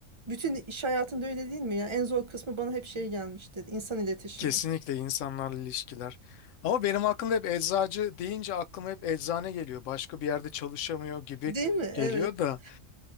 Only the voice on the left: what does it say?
Kesinlikle insanlarla ilişkiler. Ama benim aklımda hep eczacı deyince aklıma hep eczane geliyor. Başka bir yerde çalışamıyor gibi
geliyor
da.